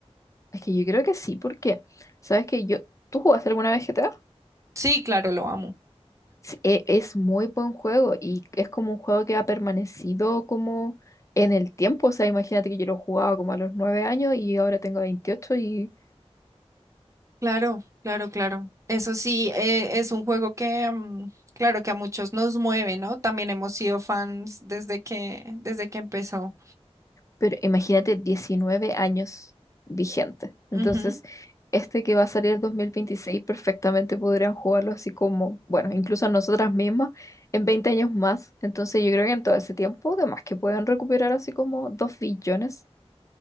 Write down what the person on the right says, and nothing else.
Sí, claro, lo amo.
Claro, claro, claro. Eso sí, eh, es un juego que, mm, claro, que a muchos nos mueve, ¿no? También hemos sido fans desde que, desde que empezó.
Ujú.